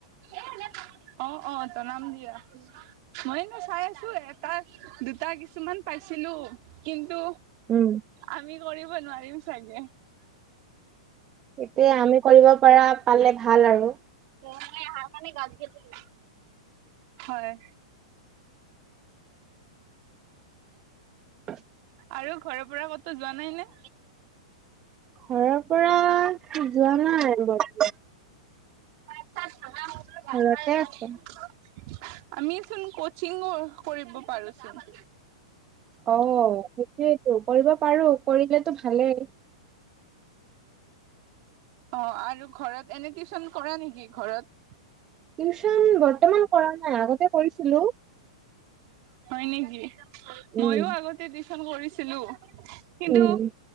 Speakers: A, on the right; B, on the right.
A: <unintelligible> অ অ জনাম দিয়া মই নো চাই আছো এটা দুটা কিছুমান পাইছিলো কিন্তু
B: উম।
A: আমি কৰিব নোৱাৰিম চাগে
B: সেইটোয়ে আমি কৰিব পৰা পালে ভাল আৰু
A: মানে আহাৰ কাৰনে গা ধুই আহিছে হয়
B: <unintelligible>
A: আৰু ঘৰৰ পৰা কতো যোৱা নাই নে
B: ঘৰৰ পৰা যোৱা নাই বৰ
A: ভাত চাত বনাব লাগে মাথা
B: ঘৰতে
A: বেয়া
B: আছো।
A: হৈছে আমিচোন কচিংঙো কৰিব পাৰোচোন
B: অ সেইটোৱেইটো কৰিব পাৰো কৰিলেতো ভালেই
A: অ আৰু ঘৰত এনে টিউচন কৰা নেকি ঘৰত
B: টিউচন বৰ্তমান কৰা নাই আগতে কৰিছিলো
A: হয় নেকি
B: উম।
A: ময়ো আগতে টিউচন কৰিছিলো কিন্তু
B: উম।